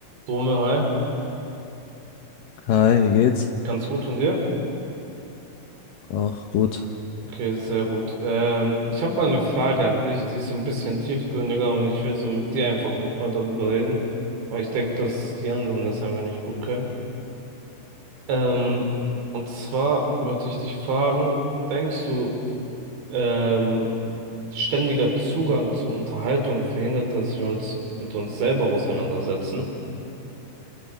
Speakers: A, on the right (about 85°); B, on the left (about 70°).
A: Dome, hi.
B: Hi, wie geht's?
A: Ganz gut und dir?
B: Auch gut.
A: Okay, sehr gut. Ähm, ich habe mal eine Frage an dich, die ist so ein bisschen tiefgründiger und ich will so mit dir einfach heute mal darüber reden, weil ich denke, dass die anderen das einfach nicht gut können. Ähm, und zwar wollte ich dich fragen, denkst du, ähm, ständiger Zugang zur Unterhaltung verhindert, dass wir uns mit uns selber auseinandersetzen?